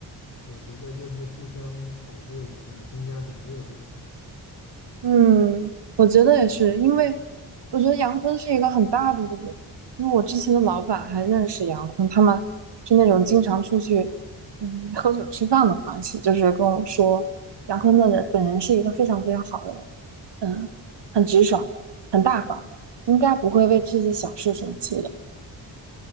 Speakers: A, on the left; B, on the right.
A: 我觉得就是互相炒作一下，增加点儿热度嘛。
B: 嗯，我觉得也是，因为我觉得杨坤是一个很大度的人，因为我之前的老板还认识杨坤，
A: 嗯哼。
B: 他们是那种经常出去嗯喝酒吃饭的关系，就是跟我说杨坤的人本人是一个非常非常好的人。嗯，很直爽，很大方，应该不会为这些小事生气的。